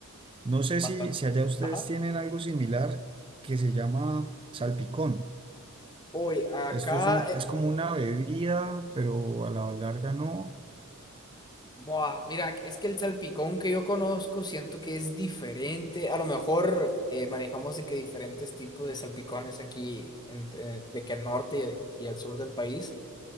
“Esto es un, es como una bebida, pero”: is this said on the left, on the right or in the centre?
Right